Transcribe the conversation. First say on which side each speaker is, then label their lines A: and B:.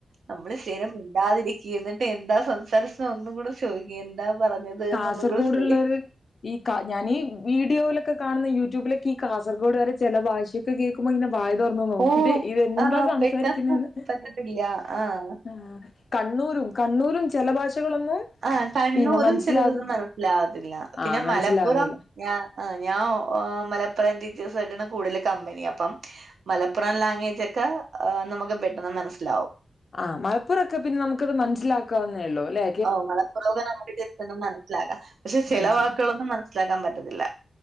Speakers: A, on the right; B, on the left.
A: നമ്മള് സ്ഥിരം മിണ്ടാതിരിക്കും എന്നിട്ട് എന്താ സംസാരിച്ച് ഒന്നും കൂടെ ചോദിക്കും എന്താ പറഞ്ഞത്.
B: കാസർഗോഡു
A: എന്നൊന്നും കൂടെ ചോദി
B: ഉള്ളൊരു ഈ കാ ഞാൻ ഈ വീഡിയോയിലൊക്കെ കാണുന്ന യൂട്യൂബിലൊക്കെ ഈ കാസർകോഡ് കാര് ചില ഭാഷയൊക്കെ കേക്കുമ്പോൾ ഇങ്ങനെ വാ യ് തുറന്ന് നോക്കിട്ട്
A: ഓഹ്
B: ഇതെന്താ
A: ആഹ്
B: സംസാരിക്കുന്നേന്ന്
A: പെട്ടെന്ന് പറ്റത്തില്ല. ആഹ്
B: ആഹ്. കണ്ണൂരും കണ്ണൂരും ചില ഭാഷകളൊന്നും
A: ആഹ് കണ്ണൂരും
B: പിന്നെ മനസ്സിലാവ
A: ചിലതൊന്നും മനസ്സിലാവത്തില്ല
B: ആഹ്
A: പിന്നെ
B: മനസ്സിലാവേല
A: മലപ്പുറം ആഹ്. ആഹ് ഞാൻ മലപ്പുറം ടീച്ചേഴ്സ് ആയിട്ടാണ് കൂടുതൽ കമ്പനി അപ്പം. മലപ്പുറം ലാംഗ്വേജ് ഒക്കെ നമുക്ക് പെട്ടെന്ന് മനസ്സിലാവും.
B: ആഹ് മലപ്പുറൊക്കെ പിന്നെ നമുക്കത് മനസ്സിലാക്കാവുന്നേ ഉള്ളൂ അല്ലേ.
A: ഓഹ് മലപ്പുറൊക്കെ നമ്മുക്ക് ജസ്റ്റ് ഒന്നും മനസ്സിലാകാം പക്ഷെ ചില
B: മനസ്സിലാവും
A: വാക്കുകളൊന്നും മനസ്സിലാക്കാൻ പറ്റത്തില്ല.